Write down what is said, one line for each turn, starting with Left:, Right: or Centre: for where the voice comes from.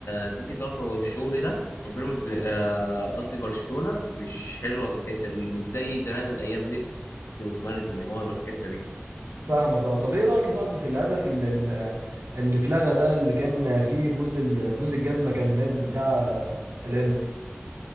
Left: كتيكي تاكا والشغل ده بيراميدز آه، قصدي برشلونة مش حلوة في الحتة دي مش زي زمان أيام ميسي وسواريز ونيمار والحتة دي
Right: فاهمك اه طب ايه رايك يا صاحبي في الهدف اللي, اللي اتلغى ده اللي كان فيه بوز ال- بوز الجزمه كان مات بتاع الانتر